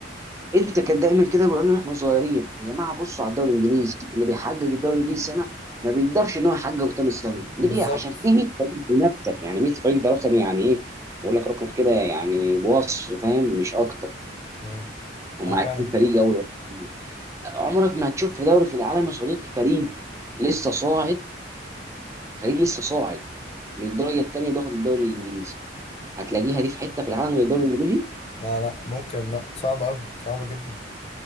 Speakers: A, on the right; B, on the left.
A: انت كان دايما كده يقولوا لنا احنا صغيرين يا جماعه بصوا على الدوري الانجليزي اللي بيحقق الدوري الانجليزي سنه ما بيقدرش ان هو يحققه تاني سنه
B: بالظبط
A: ليه عشان في 100 فريق بينافسك يعني 100 فريق ده رقم يعني ايه بقول لك رقم كده يعني بوصف فاهم مش اكتر
B: مم.
A: هم
B: أه
A: 20
B: فعلا
A: فريق اول واحد. عمرك ما هتشوف في دوري في العالم يا صديقي فريق لسه صاعد فريق لسه صاعد من الدرجه الثانيه بياخد الدوري الانجليزي هتلاقيها دي في حته في العالم غير الدوري الانجليزي
B: لا لا ممكن لا صعب أوي صعبة جدا